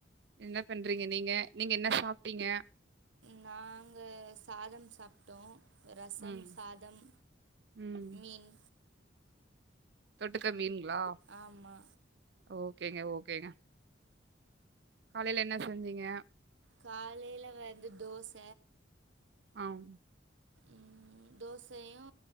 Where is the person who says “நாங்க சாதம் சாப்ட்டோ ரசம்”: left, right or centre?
Right